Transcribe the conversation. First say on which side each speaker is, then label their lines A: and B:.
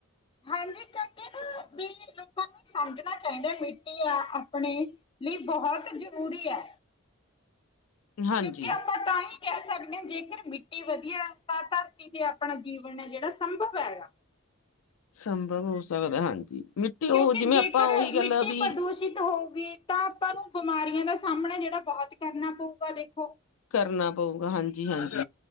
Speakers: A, on the left (about 25°); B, on the left (about 85°).
A: ਹਾਂਜੀ, ਕਰਕੇ ਨਾ ਵੀ ਲੋਕਾਂ ਨੂੰ ਸਮਝਣਾਂ ਚਾਹੀਂਦਾ ਮਿੱਟੀ ਆ ਆਪਣੇਂ ਲਈ ਬਹੁਤ ਜ਼ਰੂਰੀ ਐ।
B: ਹਾਂਜੀ
A: ਕਿਉਂਕਿ ਆਪਾਂ ਤਾਂਹੀ ਕਹਿ ਸਕਦੇ ਹਾਂ ਜੇਕਰ ਮਿੱਟੀ ਵਧੀਆਂ ਤਾਂ ਧਰਤੀ ਤੇ ਆਪਣਾਂ ਜੀਵਨ ਹੈਂ, ਜਿਹੜਾਂ ਸੰਭਵ ਐ ਗਾ।
B: ਸੰਭਵ ਹੋ ਸਕਦਾਂ, ਹਾਂਜੀ ਮਿੱਟੀ ਉਹ
A: ਕਿਉਂਕਿ
B: ਜਿਵੇਂ
A: ਜ਼ੇਕਰ
B: ਆਪਾਂ ਉਹੀ
A: ਮਿੱਟੀ
B: ਗੱਲ ਆ ਵੀ
A: ਪ੍ਰਦੂਸ਼ਿਤ ਹੋਊਗੀ। ਤਾਂ ਆਪਾਂ ਨੂੰ ਬਿਮਾਰੀਆਂ ਦਾ ਸਾਹਮਣਾਂ ਜਿਹੜਾਂ ਬਹੁਤ ਕਰਨਾਂ ਪਊਗਾ ਦੇਖੋਂ।
B: ਕਰਨਾਂ ਪਊਗਾ, ਹਾਂਜੀ-ਹਾਂਜੀ।